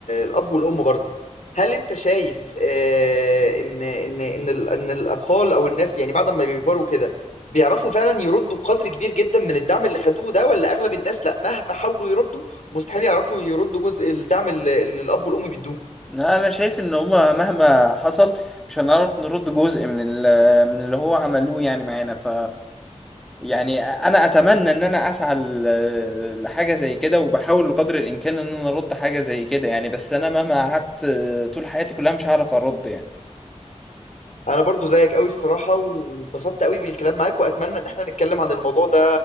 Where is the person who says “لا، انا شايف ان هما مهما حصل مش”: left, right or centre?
Centre